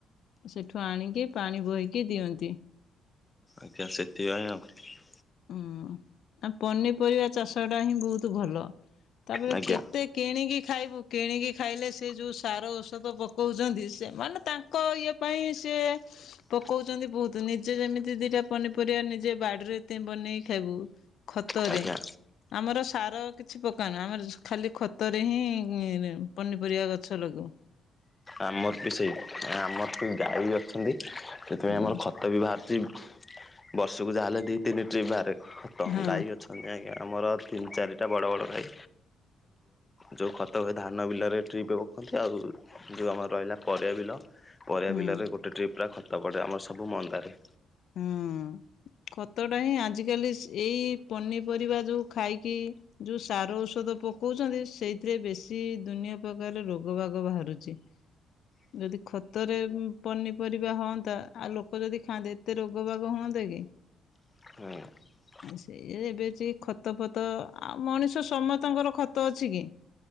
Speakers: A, on the left (about 70°); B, on the left (about 20°).
A: ସେଠୁ ଆଣିକି ପାଣି ବୋହିକି ଦିଅନ୍ତି।
B: ଆଜ୍ଞା ସେତିକି ଆ <unintelligible> ଇ ଆ
A: ହୁଁ ଆ ପନିପରିବା ଚାଷ ଟା ହିଁ ବହୁତ ଭଲ। ତାପରେ
B: ଆଜ୍ଞା
A: କେତେ କିଣିକି ଖାଇବୁ କିଣିକି ଖାଇଲେ ସେ ଯୋଉ ସାର ଔଷଧ ପକଉଛନ୍ତି ସେ ମାନେ ତାଙ୍କ ଇଏ ପାଇଁ ସେ
B: ହଁ <inaudible>
A: ପକଉଛନ୍ତି ବହୁତ ନିଜେ ଯେମିତି ଦିଟା ପନିପରିବା ନିଜେ ବାଡିରେ ବନେଇକି ଖାଇବୁ ଖତରେ
B: ଆଜ୍ଞା
A: ଆମର ସାର କିଛି ପକ ନା ଆମର ଖାଲି ଖତରେ ହିଁ ହ ପନିପରିବା ଗଛ ଲଗୁ
B: ଆମର ବି ସେଇ ଆମର ବି ଗାଈ ବି ଅଛନ୍ତି ସେଥିପାଇଁ
A: ହୁଁ
B: ଆମର ଖତ ବି ବାହାରିଛି ବର୍ଷକୁ ଯାହାହେଲେ ଦି ତିନି ଟ୍ରିପ୍ ବାହାରେ ତ
A: ହଁ
B: ଗାଈ ଅଛନ୍ତ। ଆଜ୍ଞା ଆମର ତିନି ଚାରିଟା ବଡ଼ ବଡ଼ ଗାଈ। ଯୋଉ ଖତ ହୁ ଧାନ ବିଲରେ ଟ୍ରିପ ପଖନ୍ତି ଆଉ ଯେଉଁ ଆମର ରହିଲା ପରିବା ବିଲ ପରିବା
A: ହଁ।
B: ବିଲରେ ଗୋଟେ ଟ୍ରିପ୍ ପୁରା ଖତ ପଡ଼େ ଆମର ସବୁ ମନ୍ଦାରେ
A: ହଁ। ଖତ ଟା ହିଁ ଆଜିକାଲି ଏଇ ପନିପରିବା ଯୋଉ ଖାଇକି ଯୋଉ ସାର ଔଷଧ ତ ପକଉଛନ୍ତି ସେଇଥିରେ ବେଶୀ ଦୁନିଆ ପ୍ରକାରରେ ରୋଗ ବାଗ ବାହାରୁଛି
B: ହ।
A: ଯଦି ଖତରେ ପନି। ପରିବା ହୁଅନ୍ତା ଆଉ ଲୋକ ଯଦି ଖାଆନ୍ତେ ଏତେ ରୋଗ ବାଗ ହୁଅନ୍ନ୍ତତା କି
B: ହୁଁ।
A: ସେଇ ଏବେ ଖତ ଫତ ଆଉ ମଣିଷ ସମସ୍ତଙ୍କର ଖତ ଅଛି କି?